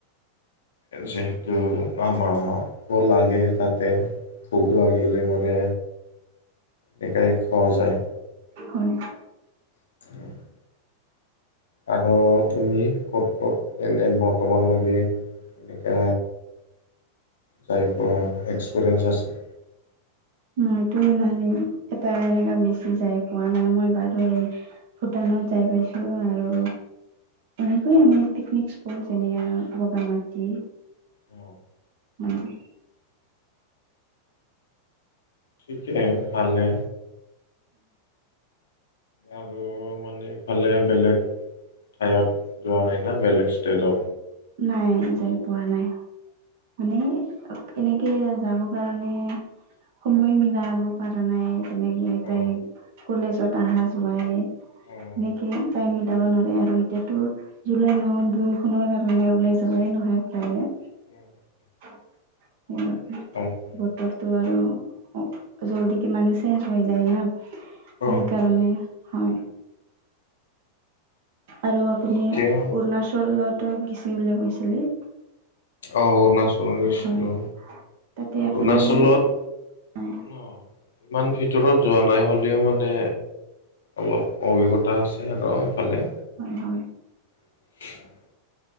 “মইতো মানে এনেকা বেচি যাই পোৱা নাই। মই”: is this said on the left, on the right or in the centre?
Right